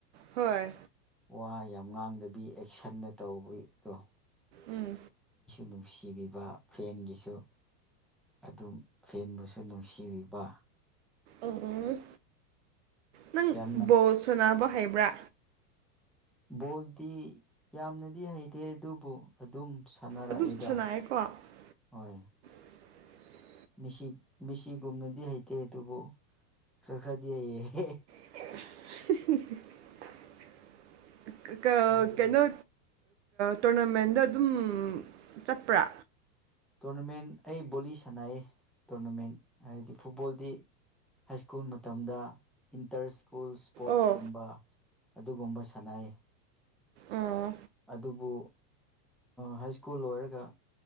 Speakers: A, on the right; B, in the centre.
A: ꯍꯣꯏ
B: ꯋꯥ ꯌꯥꯝ ꯉꯥꯡꯗꯕꯤ ꯑꯦꯛꯁꯟꯅ ꯇꯧꯕꯗꯣ
A: ꯎꯝ
B: ꯅꯨꯡꯁꯤꯕꯤꯕ ꯐꯦꯟꯒꯤꯁꯨ ꯑꯗꯨꯝ ꯐꯦꯟꯕꯨꯁꯨ ꯅꯨꯡꯁꯤꯕꯤꯕ
A: ꯑꯣ ꯅꯪ
B: ꯌꯥꯝꯅ
A: ꯕꯣꯜ ꯁꯅꯥꯅꯕ ꯍꯩꯕ꯭ꯔꯥ
B: ꯕꯣꯜꯗꯤ ꯌꯥꯝꯅꯗꯤ ꯍꯩꯇꯦ ꯑꯗꯨꯕꯨ ꯑꯗꯨꯝ ꯁꯥꯟꯅꯔꯛꯏꯗ
A: ꯑꯗꯨꯝ ꯁꯥꯟꯅꯔꯦꯀꯣ ꯑꯣ
B: ꯍꯣꯏ
A: <inaudible>
B: ꯃꯤꯁꯤ ꯃꯤꯁꯤꯒꯨꯝꯅꯗꯤ ꯍꯩꯇꯦ ꯑꯗꯨꯕꯨ ꯈꯔ ꯈꯔꯗꯤ ꯍꯩꯌꯦ
A: <unintelligible> ꯀ
B: ꯍꯥꯏꯕꯗꯤ
A: ꯀꯩꯅꯩꯅꯣ ꯇꯣꯔꯅꯥꯃꯦꯟꯗ ꯑꯗꯨꯝ ꯆꯠꯄ꯭ꯔꯥ
B: ꯇꯣꯔꯅꯥꯃꯦꯟ ꯑꯩ ꯕꯣꯂꯤ ꯁꯥꯟꯅꯩ ꯇꯣꯔꯅꯥꯃꯦꯟ ꯍꯥꯏꯕꯗꯤ ꯐꯨꯠꯕꯣꯜꯗꯤ ꯍꯥꯏ ꯁ꯭ꯀꯨꯜ ꯃꯇꯝꯗ ꯏꯟꯇꯔꯁ ꯁ꯭ꯀꯨꯜ ꯏꯁ꯭ꯄꯣꯔꯠꯁ
A: ꯑꯣ
B: ꯀꯨꯝꯕ ꯑꯗꯨꯒꯨꯝꯕ ꯁꯥꯟꯅꯩ
A: ꯑꯣ
B: ꯑꯗꯨꯕꯨ ꯍꯥꯏ ꯁ꯭ꯀꯨꯜ ꯂꯣꯏꯔꯒ